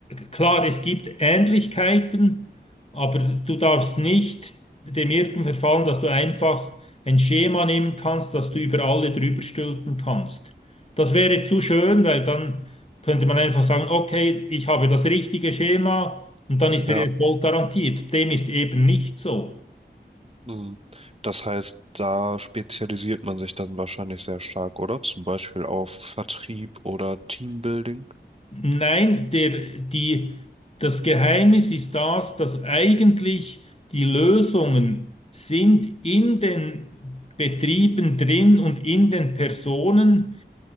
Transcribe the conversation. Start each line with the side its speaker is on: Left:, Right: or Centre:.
Left: Klar, es gibt Ähnlichkeiten, aber du darfst nicht dem Irrtum verfallen, dass du einfach ein Schema nehmen kannst, das du über alle drüber stülpen kannst. Das wäre zu schön, weil dann könnte man einfach sagen, okay, ich habe das richtige Schema und dann ist
Right: ja.
Left: der Erfolg garantiert. Dem ist eben nicht so.
Right: hm. Das heißt, da spezialisiert man sich dann wahrscheinlich sehr stark, oder? Zum Beispiel auf Vertrieb oder Teambuilding.
Left: Nein, der, die, das Geheimnis ist das, dass eigentlich die Lösungen sind in den Betrieben drin und in den Personen,